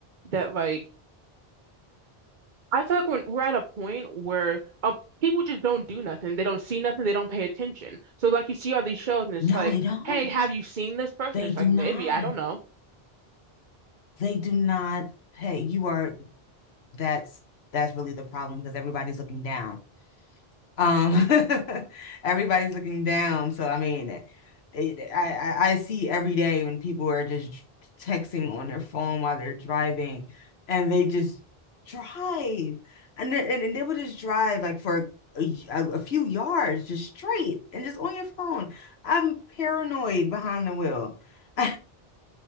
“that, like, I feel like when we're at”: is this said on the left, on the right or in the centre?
Right